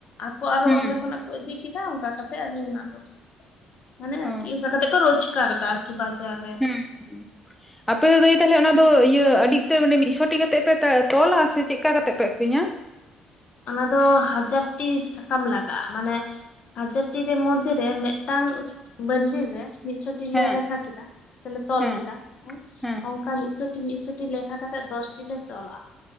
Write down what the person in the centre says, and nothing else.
ᱦᱩᱸ
ᱚ
ᱦᱮᱸ <unintelligible> ᱟᱯᱮ ᱫᱚ ᱫᱟᱹᱭ ᱛᱟᱦᱞᱮ ᱚᱱᱟ ᱫᱚ ᱤᱭᱟᱹ ᱟᱹᱫᱷᱤᱠᱛᱚᱨ ᱢᱤᱫ ᱥᱚᱴᱤ ᱠᱟᱛᱮᱫ ᱯᱮ ᱛᱚᱞᱟ ᱥᱮ ᱪᱮᱫ ᱞᱮᱠᱟ ᱠᱟᱛᱮᱜ ᱯᱮ ᱟᱹᱠᱷᱨᱤᱧᱟ
ᱦᱮᱸ
ᱦᱮᱸ
ᱦᱮᱸ